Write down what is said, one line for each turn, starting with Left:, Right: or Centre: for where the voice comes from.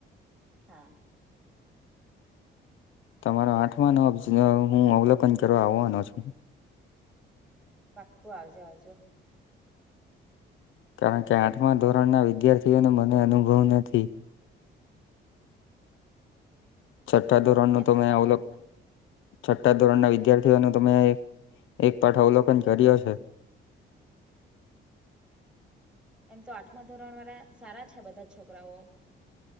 Centre: હા
Left: તમારો આઠમા નો હું અવલોકન કરવા આવવાનો છું
Centre: પાકું આવજો આવજો.
Left: કારણ કે આઠમા ધોરણના વિદ્યાર્થીઓનો મને અનુભવ નથી. છઠ્ઠા ધોરણ નું
Centre: એમ
Left: તો મેં
Centre: સા
Left: ઓલું <inaudible> છઠા ધોરણના
Centre: હા
Left: વિધાર્થી વિધાર્થીનું તો મેં એક પાઠ અવલોકન કર્યો છે.
Centre: એમ તો આઠમા ધોરણ વારા સારા છે બધા છોકરાઓ.